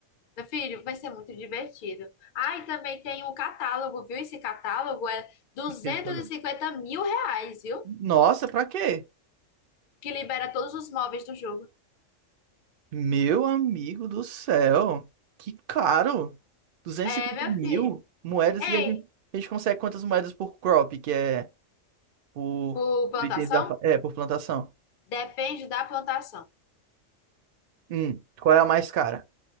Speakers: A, on the left; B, on the right.
A: Meu filho, vai ser muito divertido. Ah, e também tem um catálogo, viu? Esse catálogo é duzentos
B: Fiquei de casar.
A: e cinquenta mil reais, viu?
B: Nossa, pra quê?
A: Que libera todos os móveis do jogo.
B: Meu amigo do céu, que caro! duzentos
A: É,
B: e cinquenta
A: meu
B: mil
A: filho.
B: moedas
A: Ei,
B: e a gente, a gente consegue quantas moedas por crop, que é por,
A: por plantação?
B: por itens da, fa- é, por plantação?
A: Depende da plantação.
B: Hum, qual é a mais cara